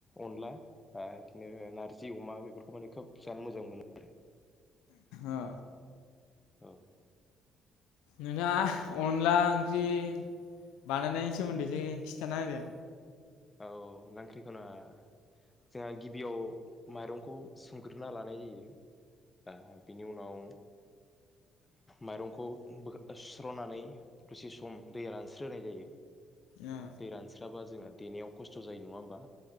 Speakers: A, on the left; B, on the left.
A: अनला ‌ बा इदिनो नारजि अमा बेफोरखौ माने खोब जानो मोजां मोनो आरो
B: आ
A: औ
B: नोंथाङा अनला ओंख्रि बानायनायनि सोमोन्दै एसे खिथाना होदो।
A: औ नांख्रिखौना जोंहा गिबियाव माइरंखौ सोमगोरना लानाय जायो बा बिनि उनाव माइरंखौ बोखा-सुस्रनानै दसे सम दैया रानस्रोनाय जायो
B: अ
A: दै रान्स्राबा जोंङा देनायाव खस्थ' जायो नङा होमबा?